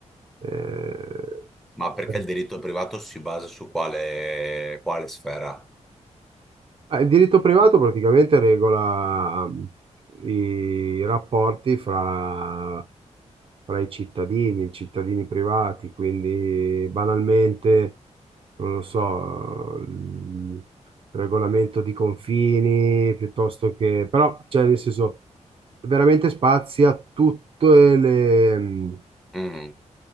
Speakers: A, on the right; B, in the centre.
A: eh.
B: Ma perché il diritto privato si basa su quale, quale sfera?
A: Ah, Il diritto privato praticamente regola mh, i rapporti fra, fra i cittadini, i cittadini privati, quindi banalmente non lo so, il regolamento di confini, piuttosto che, però, cioè, nel senso, veramente spazia tutte le,
B: Mm.